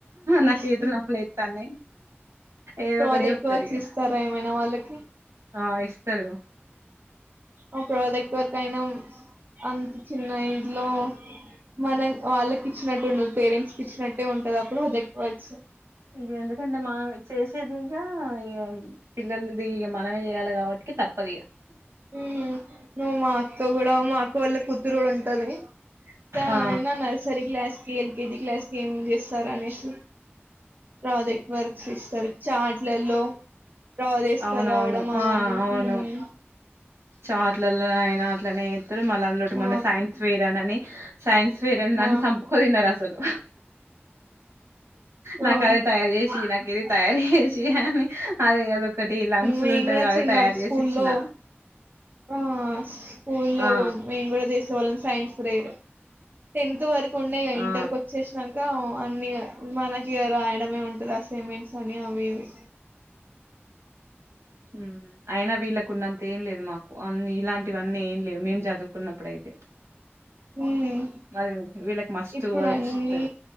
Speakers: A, on the right; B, on the right.
A: నాకు
B: ఇస్
A: చేతులు నొప్ లేత్తాన్నయ్. ఏదో
B: ప్రాజెక్ట్
A: ఒకటి చెపుతరిగ
B: వర్క్స్ ఇస్తారా ఏమైనా వాళ్ళకి
A: ఆ ఇస్తరు
B: ఆ ప్రోజెక్ట్ వర్క్ అయినం అంత చిన్న ఇల్లో మనం వాళ్ళకి ఇచ్చినట్టు ఉండ పేరెంట్స్కి ఇచ్చినట్టే ఉంటది అప్పుడు దెక్కొవచ్చు.
A: ఇక ఎందుకంటే మనం చేసేదిగా ఇగ పిల్లలు మనమే చేయ్యాలి కాబట్టి కితప్పది
B: ఉమే నువ్వు మా అక్కతో కూడా మా అక్క వాల్ల కూతురు ఉంటది తను
A: ఆ
B: అయినా నర్సరీ క్లాస్ కి ఎల్కేజీ క్లాస్ కి ఏం చేస్తారు అనేసి అదే వర్క్స్ ఇస్తారు చాట్లలో తర్
A: అవునవును
B: కరవడం అవన్నీ
A: ఆ అవును
B: మ్
A: చాట్లలో అయిన అట్లనేత్తరు. మళ్ళా అందులోటి
B: ఆ
A: మొన్న సైన్స్ స్క్వేర్ అనని సైన్స్ స్క్వేర్ అని నన్
B: ఆ
A: సంపుకు తిన్నారు అసలు నాకు
B: ఆ ఉమ్,
A: అది తయారు చేసి నాకు ఇది తయారు చేసి అని అదే అదొకటి లంగ్స్
B: మేము
A: ఉంటది
B: కూడా
A: కదా అది
B: చిన్న
A: తయారు
B: స్కూల్లో
A: చేసి ఇచ్చిన
B: ఆ స్కూల్లో
A: ఆ
B: మేమ్ కూడా జేస్ ల సైన్స్ ప్రేయర్ టెన్త్ వరకు ఉండేగ
A: ఆ
B: ఇంటర్ కు వచ్చేసినంక అన్నీగ మనకి ఇగ రాయడమే ఉంటది అసైమెంట్స్ అని అవి ఇవి
A: మ్ అయినా వీళ్ళకు ఉన్నంత ఏం లేదు మాకు అన్ని ఇలాంటివన్నీ ఏం లేవు మేం చదువుకున్నప్పుడు అయితే
B: ఉమ్
A: మరి వీళ్ళకి మస్తు
B: ఇప్పుడు
A: వర్క్స్
B: అన్నీ
A: ఇస్తారు